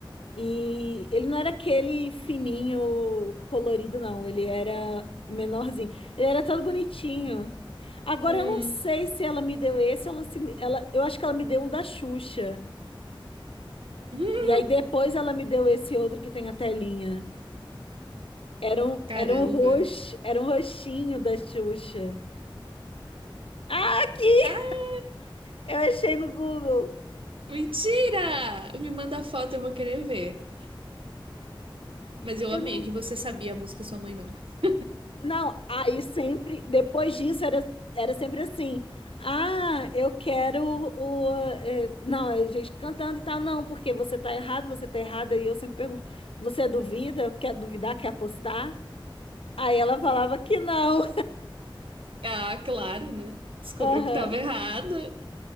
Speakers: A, on the left (about 85°); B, on the right (about 75°).
A: e ele não era aquele fininho colorido, não. Ele era menorzinho. Ele era todo bonitinho. Agora
B: hum,
A: eu não sei se ela me deu esse, ela se, ela, eu acho que ela me deu um da Xuxa.
B: <laughs>
A: E aí depois ela me deu esse outro que tem a telinha. Era um,
B: Caramba.
A: era um roxo, era um roxinho da Xuxa. Ah, aqui!
B: Ah,
A: Eu achei no Google.
B: mentira! Me manda a foto, eu vou querer ver. Mas eu
A: Eu
B: amei
A: não.
B: que você sabia a música e sua mãe não. <laughs>
A: Não, aí sempre, depois disso, era, era sempre assim. Ah, eu quero o. o, é, não, a gente cantando e tal. Não, porque você tá errado, você tá errada. E eu sempre pergunto: você duvida? Quer duvidar? Quer apostar? Aí ela falava que não.
B: Ah, claro, né? Descobriu
A: <laughs> Aham,
B: que tava errada.